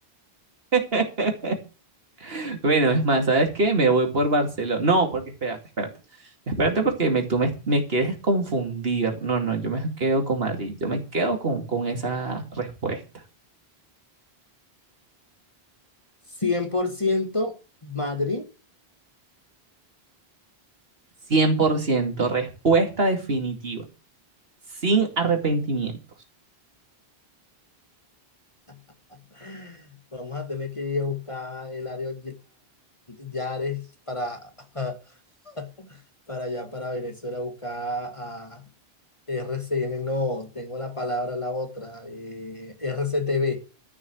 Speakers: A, on the right; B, on the left.
A: <laughs> Bueno, es más, ¿sabes qué? Me voy por Barcelona. No, porque espérate, espérate. Espérate porque me, tú me, me quieres confundir. No, no, yo me quedo con Madrid. Yo me quedo con, con esa respuesta.
B: cien por ciento Madrid.
A: 100%. respuesta definitiva, sin arrepentimientos.
B: <laughs> Vamos a tener que ir a buscar el área Yares para, <laughs> para allá, para Venezuela, a buscar a RCN. No, tengo la palabra, la otra. eh, RCTV.